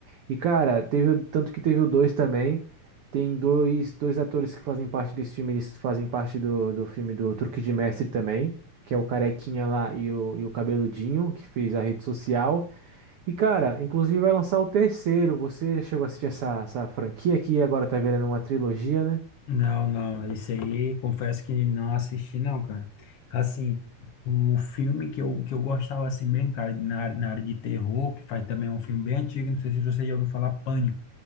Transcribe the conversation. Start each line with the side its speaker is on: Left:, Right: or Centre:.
Right: E, cara, teve, o- tanto que teve o dois também. Tem dois, dois atores que fazem parte desse filme, eles fazem parte do, do filme do Truque de Mestre também, que é o Carequinha lá e o, e o Cabeludinho, que fez a rede social. E, cara, inclusive vai lançar o terceiro. Você chegou a assistir essa, essa franquia aqui, agora tá virando uma trilogia, né?
Left: Não, não, esse aí confesso que não assisti não, cara. Assim, o filme que eu, que eu gostava assim mesmo, cara, na, área- na área de terror, que faz também um filme bem antigo, não sei se você já ouviu falar, Pânico,